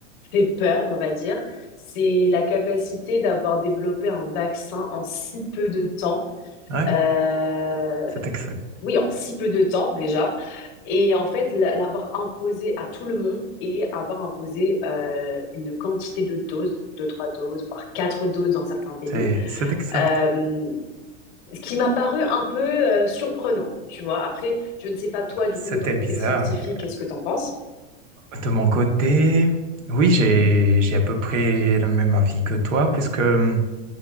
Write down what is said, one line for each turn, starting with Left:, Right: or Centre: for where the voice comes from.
Left: fait peur, on va dire, c'est la capacité d'avoir développé un vaccin en si peu de temps
Right: Oui,
Left: euh,
Right: c'est exact.
Left: oui, en si peu de temps déjà. Et en fait, la- l'avoir imposé à tout le monde et avoir imposé euh, une quantité de doses, donc deux, trois doses, voire quatre doses dans certains pays,
Right: C'est c'est exact.
Left: euh, ce qui m'a paru un peu euh, surprenant, tu vois. Après, je ne sais pas toi, du
Right: C'était
Left: coup, de ton
Right: bizarre.
Left: côté scientifique,
Right: et,
Left: qu'est-ce que t'en penses?
Right: euh, De mon côté, oui, j'ai j'ai à peu près le même avis que toi, puisque euh,